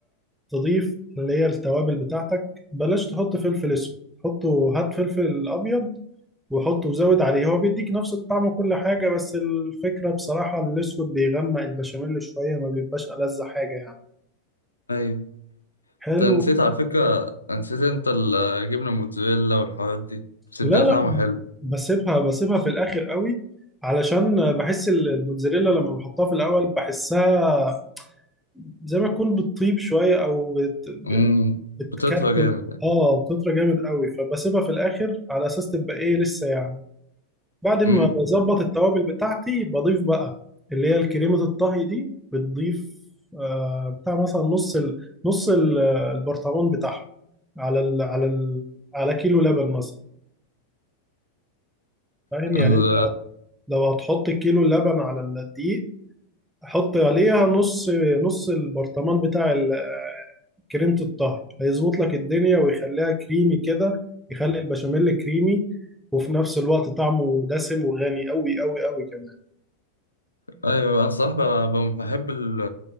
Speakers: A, in the centre; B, on the left.
A: تضيف اللي هي التوابل بتاعتك بلاش تحط فلفل اسود حطه هات فلفل أبيض وحط وزود عليه هو بيديك نفس الطعم وكل حاجة بس الفكرة بصراحة الأسود بيغمق البشاميل شوية ما بيبقاش ألذ حاجة يعني
B: ايوه
A: حلو
B: انت نسيت على فكره نسيت انت الجبنه الموتزاريلا والحوارات دي بس اديها
A: لا لا
B: طعم حلو
A: بسيبها بسيبها في الآخر قوي علشان بحس ال- الموتزاريلا لما بحطها في الأول بحسها زي ما تكون بتطيب شوية أو بت...
B: امم
A: بتكتل
B: بتطهى جامد يعني
A: اه بتطرى جامد قوي فبسيبها في الآخر على أساس تبقى إيه لسه يعني بعد ما
B: امم
A: بظبط التوابل بتاعتي بضيف بقى اللي هي الكريمة الطهي دي بتضيف آه، بتاع مثلا نص ال... نص ال- البرطمان بتاعها على ال... على ال... على كيلو لبن مثلا فاهم
B: ال...
A: يعني انت لو هتحط كيلو لبن على الدقيق حط عليها نص نص البرطمان بتاع ال- آه، كريمة الطهي هيظبط لك الدنيا ويخليها كريمي كده يخلي البشاميل كريمي وفي نفس الوقت طعمه دسم وغني قوي قوي قوي كمان
B: ايوه انا صراحه ب- ب- بحب ال...